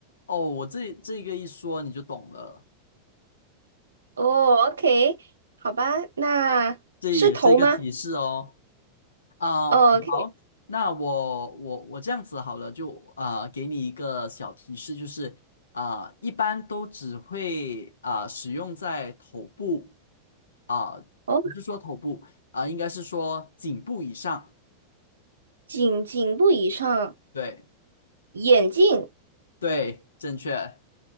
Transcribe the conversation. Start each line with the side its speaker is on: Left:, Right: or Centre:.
Left: 哦，我这这个一说你就懂了，
Right: 哦，OK，好吧，那是头吗
Left: 这也是一个提示哦。啊、
Right: 哦？OK，
Left: 好，那我我我这样子好了，就啊、给你一个小提示，就是啊、一般都只会啊、使用在头部啊、
Right: 哦，
Left: 不是说头部啊、应该是说颈部以上。
Right: 颈颈部以上，
Left: 对
Right: 眼镜
Left: 对，正确。